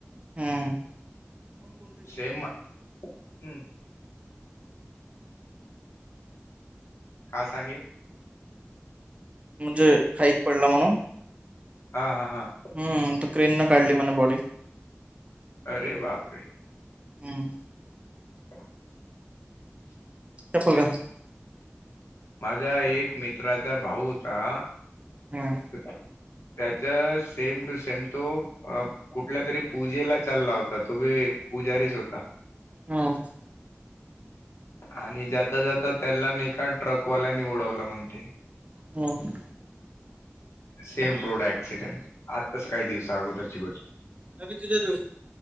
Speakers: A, on the right; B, on the left.
A: हं.
B: सेम हम्. हा सांगे.
A: म्हणजे खाईत पडला म्हणून
B: हा हां हां.
A: हम्म त क्रेन न काढली मणा बॉडी
B: अरे बापरे!
A: हम्म.
B: ह.
A: चपल का?
B: माझा एक मित्राचा भाऊ होता.
A: हम.
B: त्याच्या सेम टू सेम तो कुठल्या तरी पूजेला चालला होता तोी पुजारीच होता.
A: हम्.
B: आणि जाता जात त्याला न का ट्रकवाल्यानी उडवलं म्हणते.
A: ह. हम.
B: सेम रोड ऍक्सिडेंट आताच काही दिवसा अगोदरची गोष्ट
A: अ तुझ्या